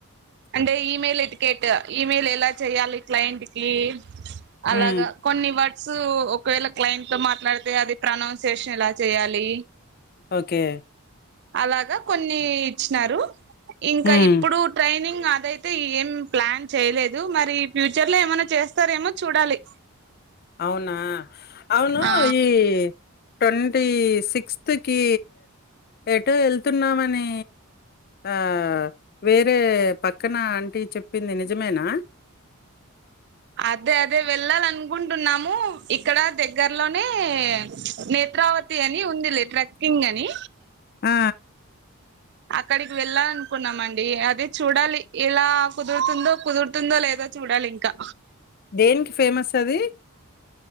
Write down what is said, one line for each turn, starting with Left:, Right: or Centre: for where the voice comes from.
Right: అంటే ఇమెయిల్ ఇటుకెట్ ఇమెయిల్ ఎలా చేయాలి క్లయింట్ కి అలాగా
Left: ఉమ్
Right: కొన్ని వట్ స ఒకవేళ క్లయింట్ తో మాట్లాడితే అది ప్రొనౌన్సియేషన్ ఎలా చేయాలి.
Left: ఓకే
Right: అలాగా కొన్ని ఇచ్చినారు ఇంకా
Left: ఉమ్
Right: ఇప్పుడు ట్రైనింగ్ అదైతే ఏం ప్లాన్ చేయలేదు మరి ఫ్యూచర్ లో ఏమైనా చేస్తారేమో చూడాలి.
Left: అవునా అవును
Right: ఆ
Left: ఈ టోన్ టి సిక్స్త్ కి ఎటో వెళ్తున్నామని ఆ వేరే పక్కన ఆంటీ చెప్పింది నిజమేనా?
Right: అదే అదే వెళ్ళాలనుకుంటున్నాము ఇక్కడ దగ్గరలోనే నే చత్రావతి అని ఉందిలే ట్రకింగ్ అని
Left: ఆ
Right: అక్కడికి వెళ్ళాలనుకున్నామండి అదే చూడాలి ఇలా కుదురుతుందో కుదురుతుందో లేదో చూడాలి ఇంకా
Left: దేనికి ఫేమస్ అది